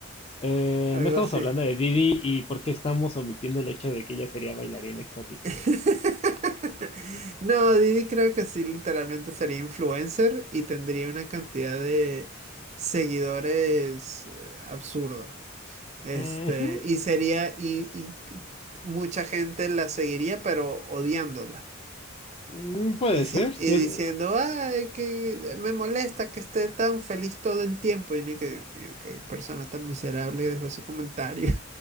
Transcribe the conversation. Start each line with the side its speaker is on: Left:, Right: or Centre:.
Left: Eh,
Right: algo
Left: no estamos
Right: así.
Left: hablando de Didi y por qué estamos omitiendo el hecho de que ella sería bailarina exótica.
Right: <laughs> No, Didi creo que sí, literalmente sería influencer y tendría una cantidad de seguidores eh, absurda. Este,
Left: Ujú.
Right: y sería, y, y mucha gente la seguiría, pero odiándola.
Left: Mm, Puede
Right: Y, si-
Left: ser, ser-
Right: y diciendo, ay, que me molesta que esté tan feliz todo el tiempo. Y ni que, Dios mío, qué persona tan miserable dejó ese comentario.